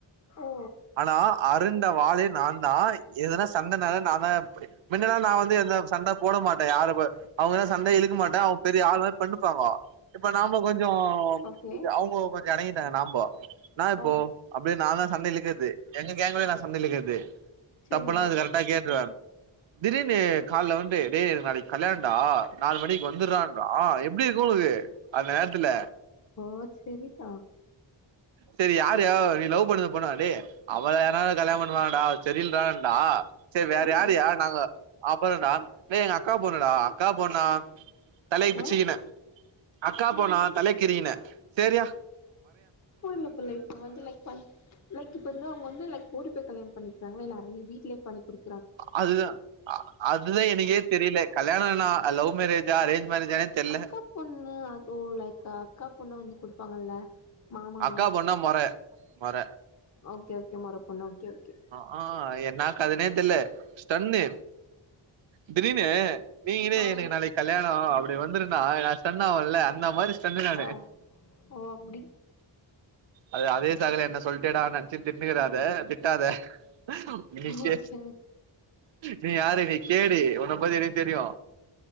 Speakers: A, on the left; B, on the right.
A: ஓ
B: ஆனா அருண்ட வாளே நா தா எதுனா சண்டனாலே நா தா போய் மின்னலா நா வந்து எந்த சண்ட போட மாட்டே யாருப்ப அவங்க சண்டை இழுக்க மாட்டே அவங்க பெரிய ஆளு பண்ணுப்பாங்கோ இப்ப நாமோ கொஞ்சோ
A: ஓகே
B: அவங்க கொஞ்சோ அடங்கிட்டாங்க நாமோ என்ன இப்போ
A: ஓ
B: அப்டியே நா தா சண்ட இழுக்கிறது எங்க கேங்குலயே நா சண்ட இழுக்கிறது
A: செரிதா
B: தப்புனா அது கரெக்டா கேட்டுருவே திடீர்னு கால வந்து டே எனக்கு நாளைக்கு கல்யாணடா நாலு மணிக்கு வந்துடுறானுற்றா எப்டி இருக்கு உங்களுக்கு அந்த நேரத்துல
A: அப்போ செரிதா
B: செரி யாருயா நீ லவ் பண்ற பொண்ணா டேய் அவள யார்னாது கல்யாண பண்ணுவாங்கடா டே ரீல் தான்டா செரி வேற
A: ஆ
B: யாருயானாங்க அப்பறடா டேய் எங்க அக்கா பொண்ணுடா அக்கா பொண்னா தலைய பிச்சிக்கினே
A: ஆ
B: அக்கா பொண்ணா கலாய்க்றீன்னு செரியா
A: போ இல்ல இப்ப லைக் இப்ப வந்து லைக் பன் லைக் இப்ப வந்து அவங்க வந்து லைக் ஓடி போய் கல்யாண் பண்ணிக்கிறாங்களா இல்ல அவங்க வீட்லே பண்ணி குடு
B: அதுதா அதுதா எனக்கே தெரில கல்யாணோன்னா அது லவ் மேரேஜா அரேஞ்ச் மேரேஜானே தெர்ல
A: அக்கா பொண்ணு அத் ஓ லைக் அக்கா பொண்ண வந்து குடுப்பாங்கல்ல மாமா
B: அக்கா
A: மொற
B: பொண்ணா மொற மொற
A: ஓகே ஓகே மொற பொண்ணு ஓகே ஓகே
B: அ ஆ என்னா கதன்னே தெர்ல ஸ்டன்னு திடீர்னு நீங்களே
A: ஆ
B: எனக் நாளைக்கு கல்யாணோ அப்டி வந்துருன்னா நா ஸ்டன் ஆவல்ல அந்த மாரி ஸ்டன்னு நானு
A: ஆ ஓ ஓ அப்டி
B: அது அதே சாக்குல என்ன சொல்ட்டியேடான் நெனைச்சு திட்னுக்காத அத திட்டாத முஞ்சிர்ச்சு
A: ஓகே
B: நீ யாரு நீ கேடி உன்ன பத்தி எனக் தெரியு